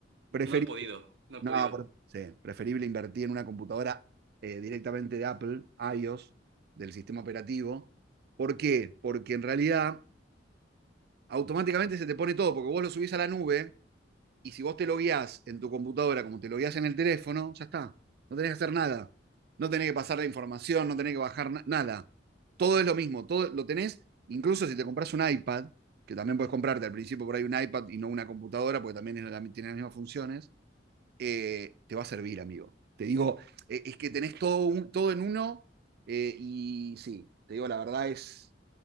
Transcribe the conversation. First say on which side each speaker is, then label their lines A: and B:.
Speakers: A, on the right; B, on the right.
A: Preferís
B: No he podido, no
A: no,
B: he podido.
A: por- sí, preferible invertir en una computadora eh, directamente de Apple, iOS, del sistema operativo. ¿Por qué? Porque en realidad automáticamente se te pone todo, porque vos lo subís a la nube y si vos te lo guías en tu computadora como te lo guías en el teléfono, ya está. No tenés que hacer nada. No tenés que pasar la información, no tenés que bajar na- nada. Todo es lo mismo, todo lo tenés, incluso si te compras un iPad, que también puedes comprarte al principio por ahí un iPad y no una computadora, porque también es la- tiene las mismas funciones eh, te va a servir, amigo. Te digo, eh, es que tenés todo, un- todo en uno eh, y sí, te digo, la verdad es,